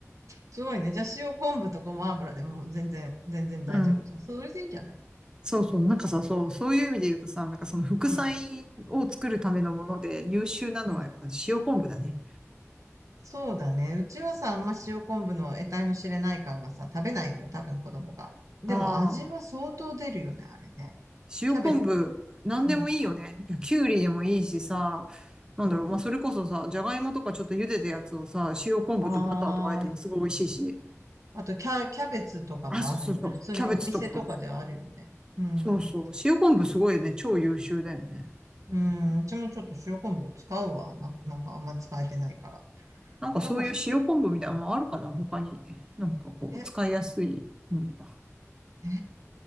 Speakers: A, on the right; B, on the right.
A: すごいね。じゃあ塩昆布とごま油でもう全然、全然大丈夫じゃん。
B: うん。
A: それでいいんじゃない
B: そうそう。なんかさ、そう、そういう意味で言うとさ、なんかその副菜を作るためのもので優秀なのはやっぱ塩昆布だね。
A: うん。うん。そうだね。うちはさ、あんま塩昆布の得体の知れない感がさ、食べないのよ。多分子供が。でも味は相当出るよね、
B: ああ。
A: あれね。
B: 塩昆布、
A: キャベツ。
B: なんでもいいよね。
A: うん。
B: いやきゅうりでもいいしさ、なんだろう、
A: うん。
B: まあ、それこそさ、じゃがいもとかちょっと茹でたやつをさ、塩昆布とバターと和えてもすごい美味しいし。
A: あー、あとキャ、キャベツとかもあるよね。
B: あ、そうそうそう。
A: 普通にお店とかであるよね。
B: キャベツとか。
A: うん。
B: そうそう。塩昆布すごいよね。超優秀だよね。
A: うん。うちもちょっと塩昆布使うわ。な、なんかあんま使えてないから。
B: なんかそういう塩昆布みたいなのもあるかな他に。
A: なんかさ、
B: なんかこう、
A: え、
B: 使いやすいもの。
A: え、